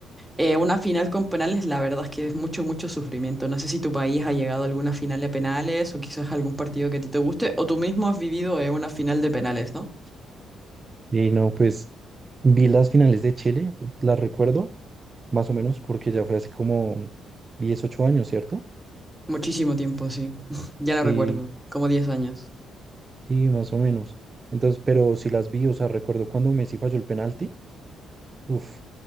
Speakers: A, in the centre; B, on the right.
A: eh, una final con penales, la verdad es que es mucho, mucho sufrimiento. No sé si tu país ha llegado a alguna final de penales o quizás algún partido que a ti te guste o tú mismo has vivido eh, una final de penales, ¿no?
B: y no, pues vi las finales de Chile, las recuerdo más o menos porque ya fue hace como 18 años, ¿cierto?
A: Muchísimo tiempo, sí. <laughs> Ya
B: Sí,
A: no recuerdo, como 10 años.
B: Sí, más o menos. Entonces, pero si las vi, o sea, recuerdo cuando Messi falló el penalti. Uf,